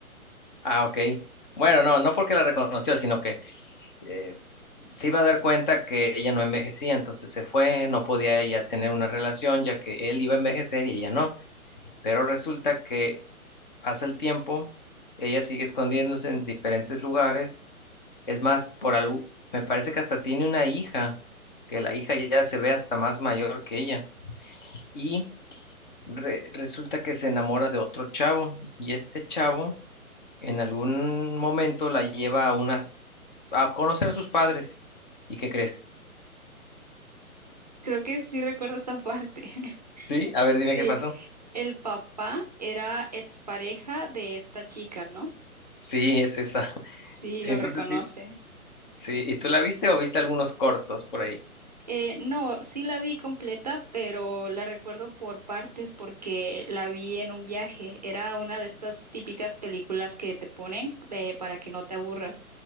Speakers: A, on the left (about 35°); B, on the right (about 30°).
A: Ah, ok. Bueno, no, no porque la reconoció, sino que eh, se iba a dar cuenta que ella no envejecía, entonces se fue, no podía ella tener una relación ya que él iba a envejecer y ella no. Pero resulta que Pasa el tiempo, ella sigue escondiéndose en diferentes lugares. Es más, por algo, me parece que hasta tiene una hija, que la hija ya se ve hasta más mayor que ella. Y re- resulta que se enamora de otro chavo. Y este chavo en algún momento la lleva a unas, a conocer a sus padres. ¿Y qué crees?
B: Creo que sí recuerdo esta parte. <laughs>
A: Sí, a ver, dime
B: Sí,
A: qué pasó.
B: el papá era expareja de esta chica, ¿no?
A: Sí, es esa. <laughs>
B: Sí,
A: Sí,
B: lo
A: entonces
B: reconoce.
A: sí. Sí, ¿y tú la viste o viste algunos cortos por ahí?
B: Eh, no, sí la vi completa, pero la recuerdo por partes porque la vi en un viaje. Era una de estas típicas películas que te ponen eh, para que no te aburras.